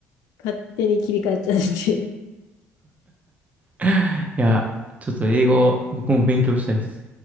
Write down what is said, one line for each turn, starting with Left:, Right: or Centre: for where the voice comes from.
Left: 勝手に切り替えちゃうっていう。
Right: <laughs> いや、ちょっと英語、僕も勉強したいです。